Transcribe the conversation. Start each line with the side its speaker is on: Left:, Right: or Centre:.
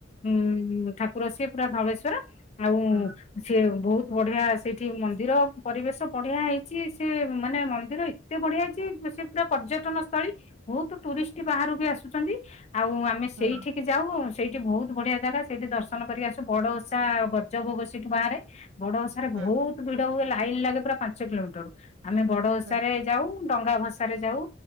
Left: ଉଁ ଠାକୁର ସିଏ ପୁରା ଧବଳେଶ୍ଵର। ଆଉଁ
Right: ହୁଁ
Left: ସେ ବହୁତ୍ ବଢିଆ ସେଇଠି ମନ୍ଦିର ପରିବେଶ ବଢିଆ ହେଇଚି ସେ ମାନେ ମନ୍ଦିର ଏତେ ବଢିଆ ହେଇଚି କି ସେ ପୁରା ପର୍ଯ୍ୟଟନ ସ୍ଥଳୀ ବହୁତୁ ଟୁରିଷ୍ଟ୍ ବାହାରୁ ବି ଆସୁଛନ୍ତି ଆଉ ଆମେ
Right: ହୁଁ
Left: ସେଇଠି କି ଯାଉଁ ସେଇଠି ବହୁତ୍ ବଢିଆ ଜାଗା ସେଇଠି ଦର୍ଶନ କରିକି ଆସୁ ବଡ ଓଷା ଗଜ ଭୋଗ ସେଇଠୁ ବାହାରେ। ବଡ ଓଷାରେ
Right: ହୁଁ
Left: ବହୁତ୍ ଭିଡ ହୁଏ ଲାଇନ୍ ଲାଗେ ପୁରା ପାଞ୍ଚ କିଲୋମିଟର୍ ରୁ ଆମେ ବଡ ଓଷାରେ
Right: ହୁଁ
Left: ଯାଉ। ଡଙ୍ଗା ଭଷାରେ ଯାଉ